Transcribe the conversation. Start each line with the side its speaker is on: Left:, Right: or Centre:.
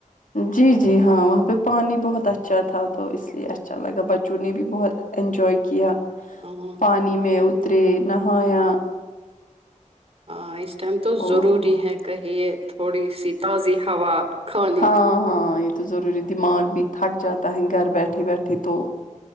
Left: جی جی ہاں وہاں پہ پانی بہت اچھا تھا تو اس لیے اچھا لگا بچوں نے بھی بہت انینجوائے کیا
Right: ہاں
Left: پانی میں اترے نہایا
Right: ہاں اس ٹائم تو
Left: او
Right: ضروری ہے کہیے تھوڑی سی تازی ہوا کھانی
Left: ہاں ہاں یہ تو ضروری دماغ بھی تھک جاتا ہے گھر بیٹھے بیٹھے تو